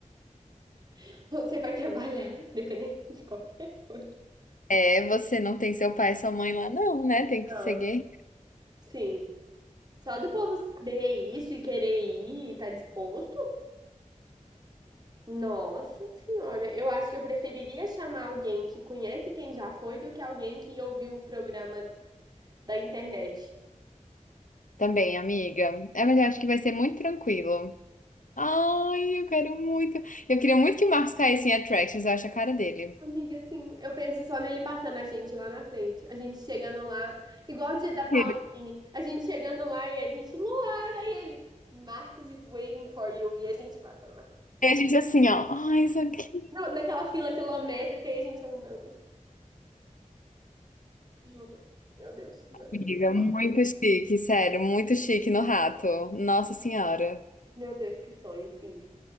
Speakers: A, on the right; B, on the left.
A: <laughs> você vai trabalhar, <laughs> independente de qualquer coisa.
B: É, você não tem seu pai e sua mãe lá, não, né? Tem
A: Não.
B: que seguir.
A: Sim. Só do povo saber isso e querer ir e tá disposto? Nossa senhora, eu acho que eu preferiria chamar alguém que conhece quem já foi do que alguém que ouviu o programa da internet.
B: Também, amiga. É, mas eu acho que vai ser muito tranquilo. Ai, eu quero muito. Eu queria muito que o Marcos caísse em Attractions, eu acho a cara dele.
A: Amiga, assim, eu penso só nele passando a gente lá na frente. A gente chegando lá, igual o dia da Pauline,
B: Ele-
A: a gente chegando lá e a gente, Luara, e ele, Marcos is waiting for you, e a gente passando lá.
B: E a gente assim, ó. Ai, isso aqui,
A: na- Naquela fila quilométrica e a gente andando, assim. juro. Meu Deus, meu Deus,
B: amiga.
A: que sonho.
B: Muito chique, sério. Muito chique no rato. Nossa Senhora.
A: Meu Deus, que sonho, sim.